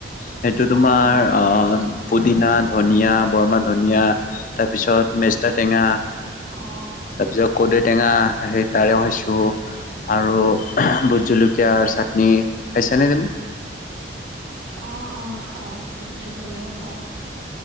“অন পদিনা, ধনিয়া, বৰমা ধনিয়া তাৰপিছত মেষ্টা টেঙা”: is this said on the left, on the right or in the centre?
Left